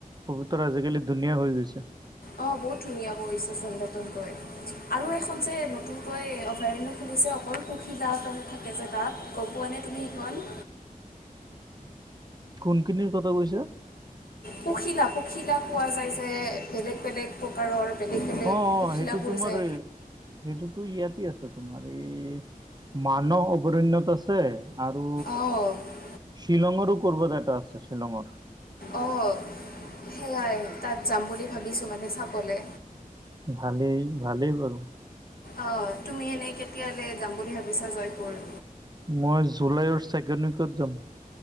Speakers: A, on the right (about 30°); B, on the left (about 80°).
A: পবিতৰা আজিকালি ধুনিয়া হৈ গৈছে।
B: অ বহুত ধুনীয়া কৰিছে চন্দটোনকৈ। আৰু এখন যে নতুনকৈ অভয়াৰণ্য খুলিছে অকল পখিলা থাকে যে তাত। গম পোৱানে তুমি সেইখন?
A: কোনখিনিৰ কথা কৈছা?
B: পখিলা পখিলা পোৱা যায় যে বেলেগ বেলেগ। প্ৰকাৰৰ বেলেগ বেলেগ
A: অ', অ',
B: পখিলাবোৰ
A: সেইটো তোমাৰ
B: যে।
A: এই সেইটোতো ইয়াতে আছে, তোমাৰ এই মানহ অভৰণ্যত আছে। আৰু
B: অঁ
A: শ্বিলংৰো কবা এটা আছে শ্বিলংৰ।
B: অঁ সেয়াই তাত যাম বুলি ভাবিছোঁ মানে চাবলে।
A: ভালেই ভালেই বাৰু।
B: অঁ তুমি এনেই কেতিয়ালৈ যাম বুলি ভাবিছা জয়পুৰ?
A: মই জুলাইৰ ছেকেণ্ড উইকত যাম।